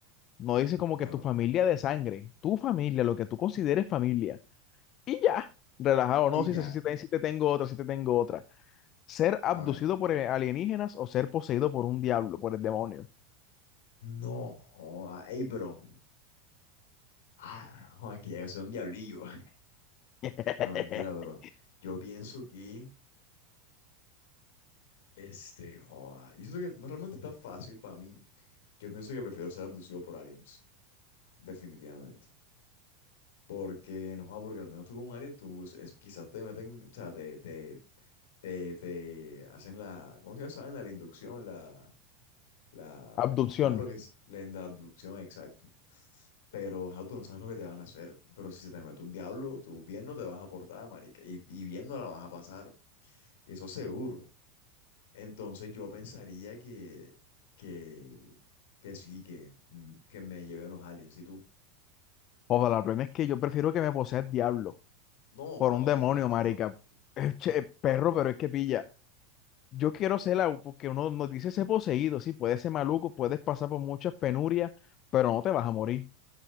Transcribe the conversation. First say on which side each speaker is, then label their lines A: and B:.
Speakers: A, on the left (about 40°); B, on the left (about 75°).
A: No dice como
B: claro.
A: que tu familia de sangre, tu familia, lo que tú consideres familia. Y ya, relajado, no,
B: Y
A: si,
B: ya,
A: si, si, te- si te tengo otra, si te tengo otra. Ser abducido
B: a ver.
A: por alienígenas o ser poseído por un diablo, por el demonio.
B: No, joda, ey, bro. Ah, no, aquí yo soy un diablillo. <laughs>
A: <laughs>
B: No, mentira, pero yo pienso que, este, joda, yo siento que no realmente está fácil para mí. Yo pienso que prefiero ser abducido por aliens, definitivamente. Porque, no, joda, porque al menos tú con un alien, tú es- es- quizás te meten, o sea, te, te, te, te hacen la, ¿cómo se llama? esa vaina? La inducción, la... la,
A: Abducción.
B: ajá, lo que es la, la abducción, exacto. Pero, ajá, tú no sabes lo que te van a hacer. Pero si se te mete un diablo, tú bien no te vas a portar, marica. Y, y bien no la vas a pasar. Y eso seguro. Entonces yo pensaría que, que, que sí, que, mm, que me lleven los aliens. Y tú,
A: Ojalá, la plena es que yo prefiero que me posea el diablo
B: no,
A: por
B: bro,
A: un demonio,
B: de costas
A: marica.
B: loco.
A: Eh, che, perro, pero es que pilla. Yo quiero ser la, porque uno nos dice ser poseído, sí, puedes ser maluco, puedes pasar por muchas penurias, pero no te vas a morir.